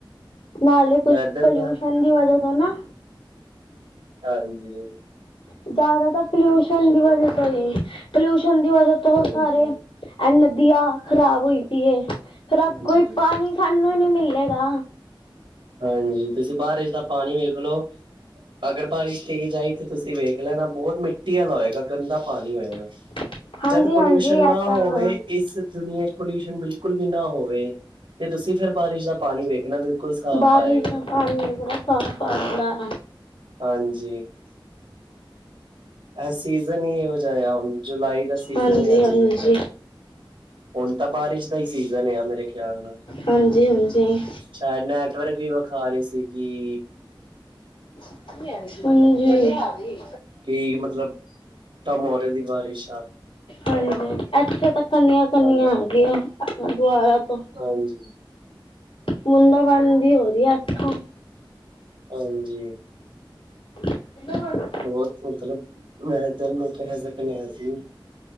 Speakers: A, on the left; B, on the right.
A: ਨਾਲੇ ਕੁਝ
B: ਵੈਦਰ
A: ਪੋਲਿਊਸ਼ਨ
B: ਦਾ
A: ਦੀ ਵਜ੍ਹਾ ਤੋਂ ਨਾ।
B: ਹਾਂਜੀ,
A: ਜ਼ਿਆਦਾ ਤਾਂ ਪੋਲਿਊਸ਼ਨ ਦੀ ਵਜ੍ਹਾ ਤੋਂ ਹੀ ਪੋਲਿਊਸ਼ਨ ਦੀ ਵਜ੍ਹਾ ਤੋਂ
B: ਹਾਂਜੀ
A: ਸਾਰੇ ਐ ਨਦੀਆਂ ਖ਼ਰਾਬ ਹੋਈ ਪਈ ਫਿਰ ਅੱਗੋਂ
B: ਹਾਂਜੀ
A: ਪਾਣੀ ਸਾਨੂੰ ਹੀ ਨੀ ਮਿਲੇਗਾ।
B: ਹਾਂਜੀ, ਤੁਸੀਂ ਬਾਰਿਸ਼ ਦਾ ਪਾਣੀ ਵੇਖਲੋ। ਅਗਰ ਬਾਰਿਸ਼ ਤੇਜ਼ ਆਈ ਤੇ ਤੁਸੀਂ ਵੇਖ ਲੈਣਾ ਬਹੁਤ ਮਿੱਟੀ ਵਾਲਾ ਹੋਏਗਾ ਗੰਦਾ ਪਾਣੀ ਹੋਏਗਾ।
A: <unintelligible>
B: ਜਦ ਪੋਲਿਊਸ਼ਨ
A: ਹਾਂਜੀ ਇਹ
B: ਨਾ
A: ਤਾਂ
B: ਹੋਵੇ।
A: ਹੈ।
B: ਇਸ ਦੁਨੀਆਂ ਚ ਪੋਲਿਊਸ਼ਨ ਬਿਲਕੁਲ ਵੀ ਨਾ ਹੋਵੇ ਤੇ ਤੁਸੀਂ ਫੇਰ ਬਾਰਿਸ਼ ਦਾ ਪਾਣੀ ਵੇਖਣਾ ਬਿਲਕੁਲ ਸਾਫ਼
A: ਬਾਰਿਸ਼
B: ਆਏਗਾ
A: ਦਾ ਪਾਣੀ ਬੜਾ ਸਾਫ਼ ਆਂਦਾ।
B: ਹਾਂਜੀ, ਇਹ ਸੀਜਨ ਈ ਇਹੋ ਜਾ ਹੁਣ ਜੁਲਾਈ ਦਾ ਸੀਜਨ
A: ਹਾਂਜੀ
B: ਆ
A: ਹਾਂਜੀ
B: ਜਿਵੇਂ
A: ਹਾਂਜੀ
B: ਹੁਣ ਤਾਂ ਬਾਰਿਸ਼ ਦਾ ਹੀ ਸੀਜਨ ਆ ਮੇਰੇ ਖਿਆਲ ਨਾਲ
A: ਹਾਂਜੀ ਹਾਂਜੀ।
B: ਸ਼ਾਇਦ ਨੈਟਵਰਕ ਵੀ ਵਿਖਾ ਰਹੀ ਸੀਗੀ।
A: ਹਾਂਜੀ, ਨਹੀਂ,
B: ਕਿ ਮਤਲਬ ਟਮੋਰੇ ਦੀ ਬਾਰਿਸ਼ ਆ
A: ਹਾਂਜੀ, ਇੱਥੇ ਤਾਂ ਕੰਨੀਆਂ ਕੰਨੀਆਂ
B: ਹਾਂਜੀ
A: ਹੈਗੀਆਂ ਆਪਣਾ ਦੁਆਰਾ ਤੋਂ।
B: ਹਾਂਜੀ,
A: ਬੂੰਦਾਂ ਬਣਣ ਦੀ ਹੋ ਰੀ ਆ ਇਥੋਂ
B: ਹਾਂਜੀ,
A: <unintelligible>
B: ਬਹੁਤ ਮਤਲਬ ਮੈਂ ਇੱਧਰ ਨੂੰ ਕਹਿ ਸਕਦੇ ਆ ਸੀ।